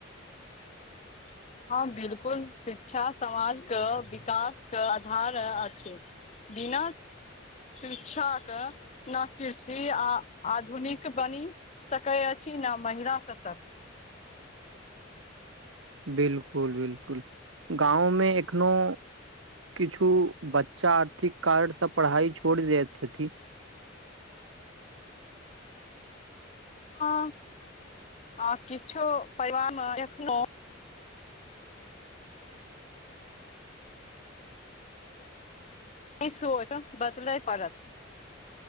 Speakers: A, on the left; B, on the right.
A: हँ बिलकुल शिक्षा समाजके विकासके आधार अछि बिनश शिक्षाक ने कृषि आ आधुनिक बनि सकै अछि चीना महिला ससत
B: <inaudible> बिलकुल बिलकुल गाँव मे एखनो किछु बच्चा आर्थिक कारण सँ पढ़ाइ छोड़ि दैत छथिन <inaudible>
A: ह आ किछु पब <unintelligible> नहि सोच बदल परत